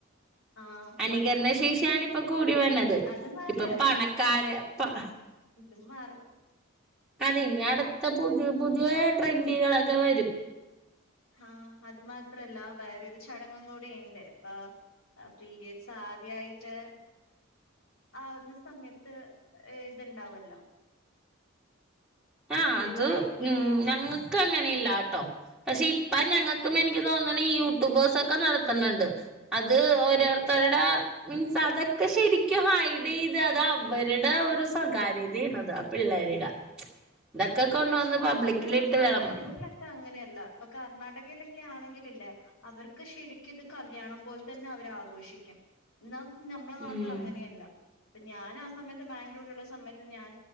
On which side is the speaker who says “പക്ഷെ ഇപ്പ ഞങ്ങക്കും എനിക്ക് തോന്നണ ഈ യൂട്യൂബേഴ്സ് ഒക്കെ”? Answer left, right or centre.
Centre